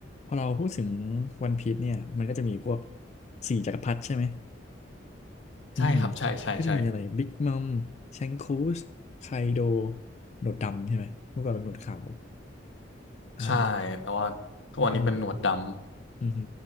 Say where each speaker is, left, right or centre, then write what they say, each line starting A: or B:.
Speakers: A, on the left; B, on the left.
A: พอเราพูดถึงวันพีซเนี่ยมันก็จะมีพวกสี่จักรพรรดิใช่ไหมอืม
B: ใช่ครับใช่ใช่ใช่
A: ก็จะมีอะไรบิ๊กมัมแชงคูสไคโดหนวดดำใช่ไหมเมื่อก่อนเป็นหนวดขาวอ่า
B: ใช่แต่ว่าทุกวันนี้เป็นหนวดดำ
A: อืมอืมอืมฮึ